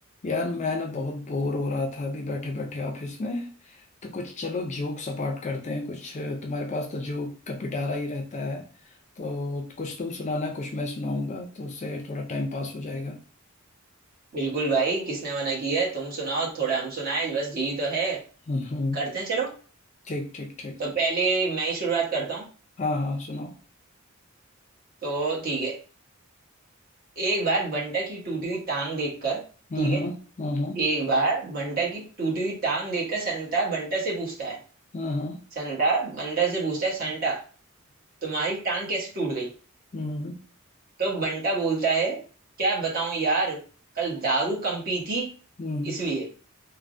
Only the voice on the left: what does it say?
यार मैं ना बहुत बोर हो रहा था अभी बैठे बैठे ऑफिस में तो कुछ चलो जोक सपाट करते हैं कुछ तुम्हारे पास तो जोक का पिटारा ही रहता है तो कुछ तुम सुनाना कुछ मैं सुनाऊंगा तो उससे थोड़ा टाइम पास हो जाएगा
हम्म हम्म,
ठीक ठीक ठीक
हाँ हाँ सुनाओ
हम्म
हम्म हम्म
हम्म
हम्म हम्म
हम्म,